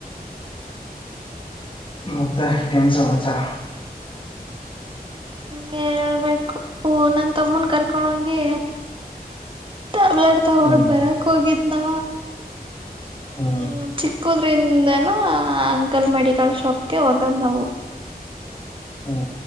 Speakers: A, on the left (about 30°); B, on the right (about 30°).
A: ಮತ್ತ ಏನ್ ಸಮಾಚಾರ
B: ಹೇಳ್ಬೇಕು ಹು ನನ್ ತಮ್ಮನ್ ಕರ್ಕೊಂಡ ಹೋಗಿ ಟ್ಯಾಬ್ಲೆಟ್ ತಗೊಂಡು
A: ಹ್ಮ್
B: ಬರಕ್ ಹೋಗಿದ ನಾ
A: ಹ್ಮ್
B: ಹ್ಮ ಚಿಕ್ಕೋದ್ರೆ <unintelligible> ಅಂಕಲ್ ಮೆಡಿಕಲ್ ಶಾಪ್ಗೆ ಹೋಗಂದಾವು
A: ಹ್ಮ